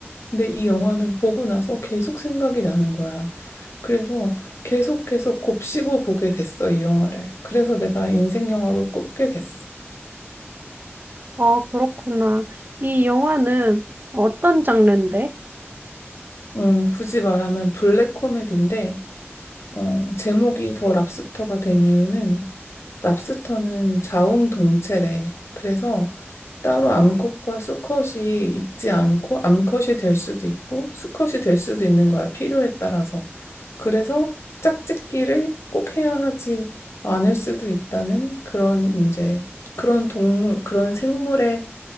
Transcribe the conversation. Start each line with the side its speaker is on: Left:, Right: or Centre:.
Left: 근데 이 영화는 보고 나서 계속 생각이 나는 거야. 그래서 계속 계속 곱씹어 보게 됐어, 이 영화를. 그래서 내가 인생 영화로 꼽게 됐어.
Right: 어, 그렇구나. 이 영화는 어떤 장르인데?
Left: 음, 굳이 말하면 블랙 코미디인데, 어, 제목이 더 랍스터가 된 이유는 랍스터는 자웅동체래. 그래서 따로 암컷과 수컷이 있지 않고 암컷이 될 수도 있고 수컷이 될 수도 있는 거야. 필요에 따라서. 그래서 짝짓기를 꼭 해야 하지 않을 수도 있다는 그런 이제 그런 동물, 그런 생물의